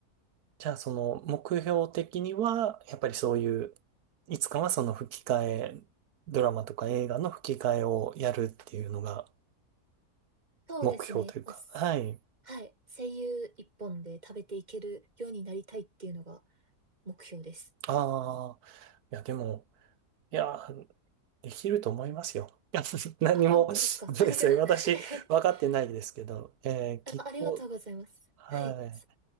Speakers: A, on the right; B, on the right.
A: じゃあ、その、目標的には、やっぱりそういう、いつかはその吹き替え、ドラマとか映画の吹き替えをやるっていうのが
B: そうですね。
A: 目標というか。
B: あ、すはい。
A: はい。
B: 声優一本で食べていけるようになりたいっていうのが目標です。
A: ああ、いや、でも、いや、できると思いますよ。<laughs> 何も、
B: あ、本当ですか。
A: <laughs> ごめんなさ私、
B: <laughs> ありが、<laughs>
A: 分かってないですけど、えー、
B: あ、
A: きっと、
B: ありがとうございます。
A: はい。
B: はい。す、